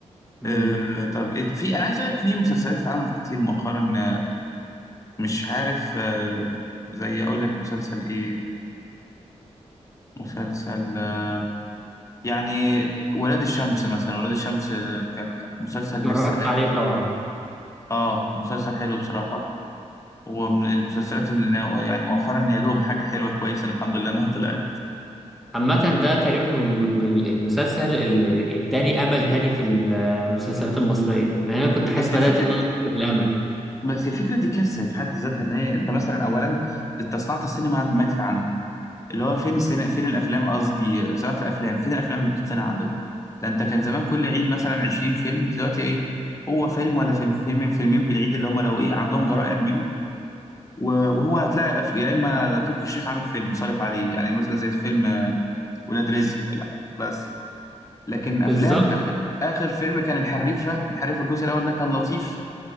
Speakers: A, in the centre; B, on the left.
A: مم.
B: آه طب إيه في أنا عايز أقول لك في مسلسلات اتعملت كتير مؤخرا آه، مش عارف آه، زي اقول لك مسلسل ايه مسلسل آه، يعني ولاد الشمس مثلا ولاد الشمس آه، كان مسلسل لسه
A: اتفرجت
B: لا
A: عليه طبعا
B: اه مسلسل حلو بصراحة ومن المسلسلات اللي أنا- يعني مؤخرا يا دوب حاجة حلوة كويسة الحمد لله انها طلعت
A: عامة ده تقريبا من من المسلسل اللي اداني امل تاني في المسلسلات المصرية لان انا كنت حاسس
B: بس
A: بدأت
B: الفكرة
A: ان
B: دي
A: انا أفقد الامل
B: بس الفكرة دي كارثة في حد ذاتها ان هي انت مثلا اولا انت صناعة السينما ماتت عندك اللي هو فين السينما فين الافلام قصدي صناعه الافلام فين الافلام اللي بتتصنع عندك ده انت كان زمان كل عيد مثلا 20 فيلم دلوقتي ايه هو فيلم ولا فيلم فيلمين فيلمين في العيد اللي هم لو ايه عندهم جراء يعملوا و- وهو هتلاقي أف- يا اما تركي الشيخ عامل فيلم صارف عليه يعني مثلا زي فيلم آه، ولاد رزق ولا حاجه بس لكن افلام
A: بالظبط
B: اخر اخر فيلم كان الحريفه الحريفه الجزء الاول ده كان لطيف